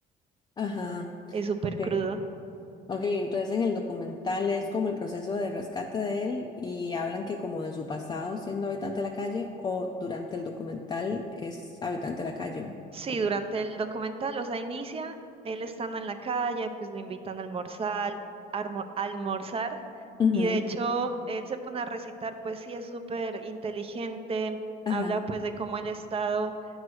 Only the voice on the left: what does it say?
Ajá,
ok.
Ok, entonces en el documental es como el proceso de rescate de él y hablan que como de su pasado siendo habitante de la calle o durante el documental es habitante de la calle. o-
o cómo.
Ujú,
Ajá,